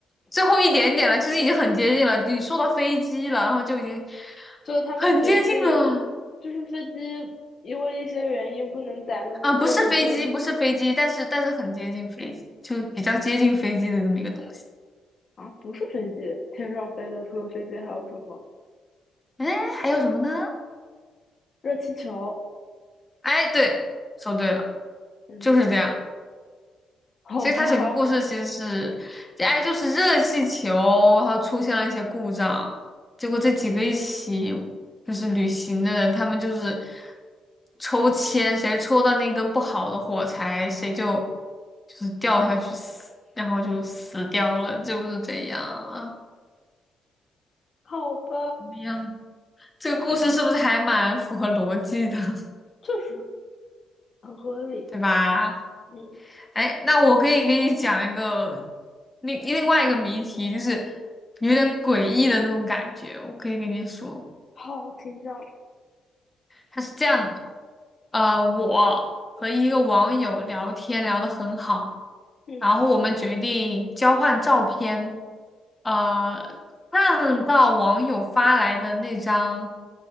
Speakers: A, on the left; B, on the left.
A: 最后一点点了，其实已经很接近了。你说到飞机了，然后就已经
B: 就他们决定。
A: 很接近了。
B: 就是飞机因为一些原因不能载那么重了，
A: 啊、不是飞机，
B: 所以
A: 不是飞机，但是但是很接近飞机，就比较接近飞机的这么一个东西。
B: 啊，不是飞机，天上飞的除了飞机还有什么？
A: 哎，还有什么呢？
B: 热气球。
A: 哎，对，说对了，
B: 嗯，
A: 就是这样。
B: 好吧，
A: 所以它整个故事其实是，哎，就是热气球，然后出现了一些故障，结果这几个一起就是旅行的人，他们就是抽签，谁抽到那根不好的火柴，谁就就是掉下去死，然后就死掉了，就是这样啊，
B: 好吧，
A: 怎么样？这个故事是不是还蛮符合逻辑的，<laughs>
B: 确实很合理。
A: 对吧？
B: 嗯，
A: 哎，那我可以给你讲一个另另外一个谜题，就是有点诡异的那种感觉。我可以跟你说，
B: 好，请讲。
A: 它是这样的，呃，我和一个网友聊天聊得很好，
B: 嗯，
A: 然后我们决定交换照片，呃，看到网友发来的那张